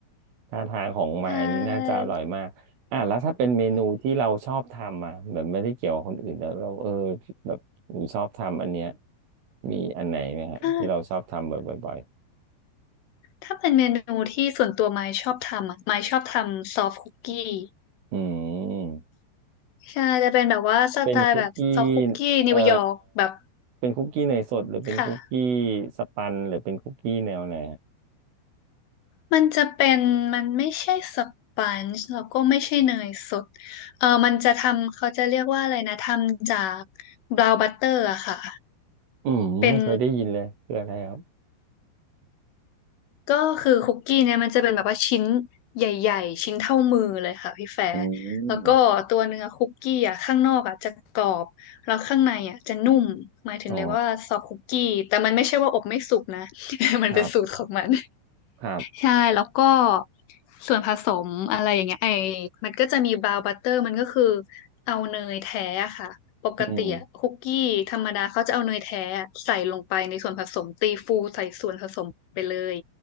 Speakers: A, on the right; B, on the left.
A: ท่าทางของมายนี่น่าจะอร่อยมากอ่ะแล้วถ้าเป็นเมนูที่เราชอบทำอ่ะแบบไม่ได้เกี่ยวกับคนอื่นแล้วเราเออ
B: ใช่
A: แบบหนูชอบทำอันเนี้ยมีอันไหนไหมฮะที่เราชอบทำบ่อย
B: ใช่ ถ้าเป็นเมนูที่ส่วนตัวไม้ชอบทำอะไม้ชอบทำซอฟคุกกี้
A: ๆอืม
B: ใช่จะเป็นแบบว่าสไตล์แบบซอฟคุกกี้นิวยอร์กแบบ
A: เป็นคุกกี้เอ่อเป็นคุกกี้เนยสดหรือเป็นคุกกี้
B: ค่ะ
A: สปันหรือเป็นคุกกี้แนวไหน
B: มันจะเป็นมันไม่ใช่สปันจ์แล้วก็ไม่ใช่เนยสดเออมันจะทำเขาจะเรียกว่าอะไรนะทำจากบราวน์บัตเตอร์อะค่ะ
A: อืมไม่เคยได้ยินเลยคืออะไรครับ
B: เป็น ก็คือคุกกี้เนี่ยมันจะเป็นแบบว่าชิ้นใหญ่ๆชิ้นเท่ามือเลยค่ะพี่แฟร์แล้วก็ตัวเนื้อคุกกี้อ่ะข้างนอกอ่ะจะกรอบแล้วข้างในอ่ะจะนุ่มหมายถึงเรียกว่าซอฟต์คุกกี้แต่มันไม่ใช่ว่าอบไม่สุกนะ
A: อืมอ๋อ
B: <laughs> มันเป็นสูตรของมัน
A: ครับครับ
B: ใช่แล้วก็ส่วนผสมอะไรอย่างเงี้ยไอมันก็จะมีบราวน์บัตเตอร์มันก็คือเอาเนยแท้อะค่ะปกติอะคุกกี้ธรรมดาเขาจะเอาเนยแท้อะใส่ลงไปในส่วนผสมตีฟูใส่ส่วนผสมไปเลย
A: อืม